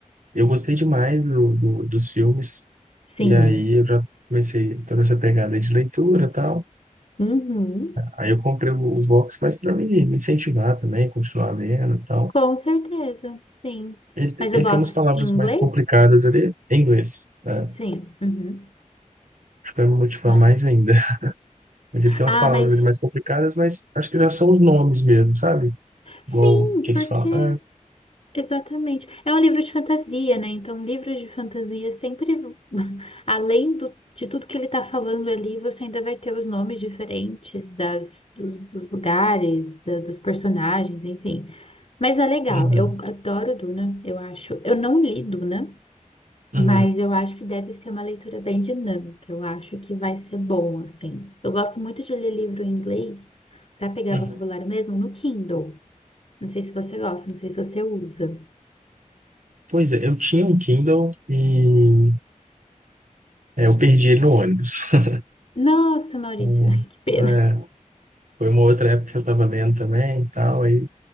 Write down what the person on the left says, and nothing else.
Sim.
Uhum.
Com certeza, sim.
Mas
o box
em inglês?
Sim. Uhum.
Ah.
Ah,
mas
sim,
porque
exatamente. É um livro de fantasia, né? Então, livro de fantasia sempre, <laughs> além do, de tudo que ele está falando ali, você ainda vai ter os nomes diferentes das, dos, dos lugares, da- dos personagens, enfim. Mas é legal.
Eu adoro Duna, eu acho. Eu não li Duna.
Mas eu acho que deve ser uma leitura bem dinâmica. Eu acho que vai ser bom, assim. Eu gosto muito de ler livro em inglês para pegar
vocabulário mesmo no Kindle. Não sei se você gosta, não sei se você usa.
Nossa, Maurício,
<laughs> que pena.